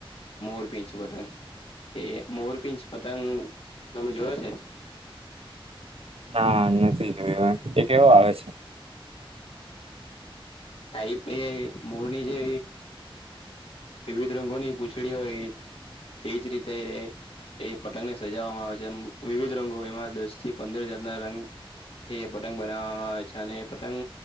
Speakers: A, on the left (about 75°); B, on the right (about 75°).
A: મોર પીછ પતંગ, તે મોરપિંચ પતંગ તમે જોયો છે.
B: ના નથી જોય એ કેવો આવે છે.
A: તાઈપ એ મોરની જે, વિવિધ રંગોની પૂંછડી હોય તેજ રીતે રે, એ પતંગને સજાવવામાં આવે છે વિવિધ રંગો એમાં દસ થી પંદર જાત ના રંગ, તે પતંગ બનાવામા આવે છે ને પતંગ,